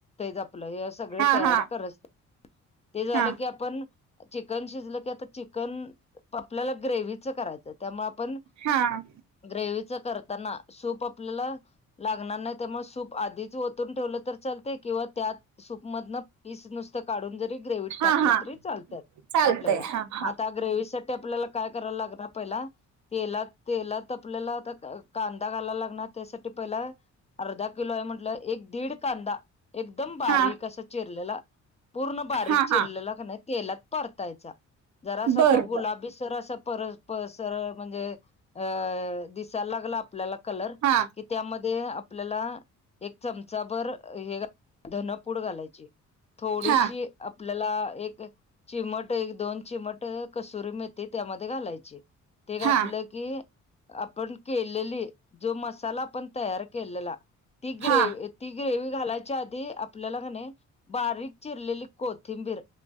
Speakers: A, on the left; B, on the right.
A: आपलं हे सगळे
B: हा
A: तयार
B: हा
A: कर ते झालं
B: हा
A: की आपण चिकन शिजलं की आता चिकन आपल्याला ग्रेवचं करायचं त्यामूळ आपण.
B: हा.
A: ग्रेवीच करताना सूप आपल्याला लागणार नाही. त्यामुळे सूप आधीच ओतून ठेवलं तर लते किंवा त्यात सूपमधन पीस नुसत काढून जरी ग्रेव.
B: हा
A: टाकलं
B: हा
A: तरी चालतात
B: चालतय
A: आपल्याला
B: हा हा
A: मग आता ग्रेव साठी आपल्याला काय करायला लागणार पहिला तेला तेला तपलेला आता कांदा घालायला लागणार त्यासाठी पहिला. अर्धा किलो आहे. म्हटलं एक दीड कांदा एकदम बारीक
B: हा
A: असं चिरलेला पूर्ण बारीक
B: हा
A: चिरलेला
B: हा
A: का नाही, तेलात परतायचा जरा
B: बर
A: तो गुलाबी
B: बर
A: सर असं परत स म्हणजे अ दिसायला लागला आपल्याला कलर
B: हा
A: क. त्यामध्ये आप आपल्याला एक चमचा भर हे धनपूड घालायची थोडीशी
B: हा
A: आपल्याला एक. चिमट एक दोन चिमट कसुरी मेथी त्यामध्ये घालायची. ते घातलं
B: हा
A: की आपण केलेली जो मसाला आपण तयार. के ती ग्रेव
B: हा
A: ती ग्रेव घालायच्या आधी आपल्याला. बारीक चिरलेली कोथिंबीर